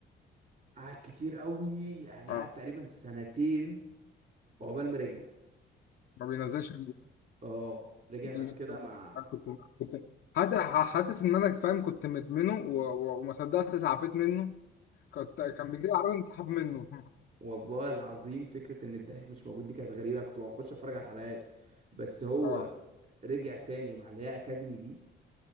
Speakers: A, on the right; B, on the left.
A: قعد كتير قوي يعني
B: اه
A: قعد تقريبا سنتين عقبال ما رجع
B: ما بينزلش
A: اه رجع
B: دي
A: بعد كده
B: كنت
A: مع
B: كنت حاسس حاسس ان انا فاهم كنت مدمنه و- و- وما صدقت اتعافيت منه كنت كان بيجي لي عربيه انسحاب منه <laughs>
A: والله العظيم فكرة ان الدحيح مش موجود دي كانت غريبة انا كنت بخش اتفرج على الحلقات بس هو
B: اه
A: رجع تاني مع اللي هي اكاديمي دي